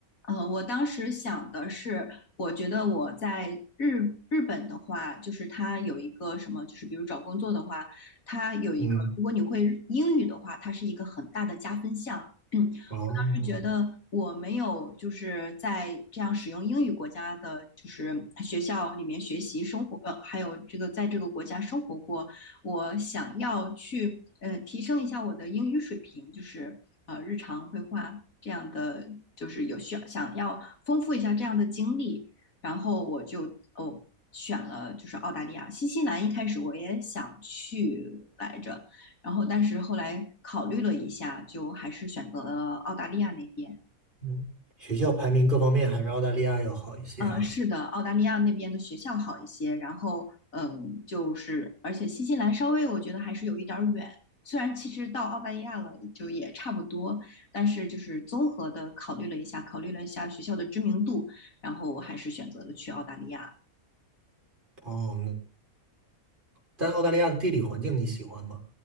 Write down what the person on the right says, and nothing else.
嗯，
哦，
嗯，学校排名各方面还是澳大利亚要好一些哈。
哦，那但澳大利亚的地理环境你喜欢吗？